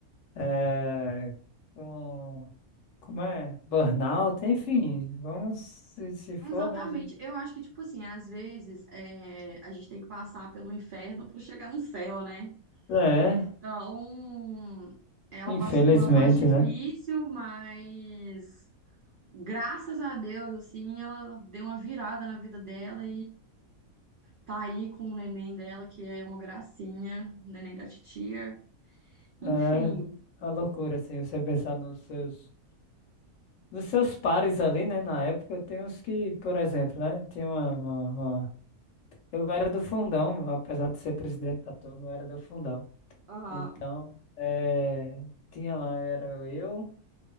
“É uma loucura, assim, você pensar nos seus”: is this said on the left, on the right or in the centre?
Left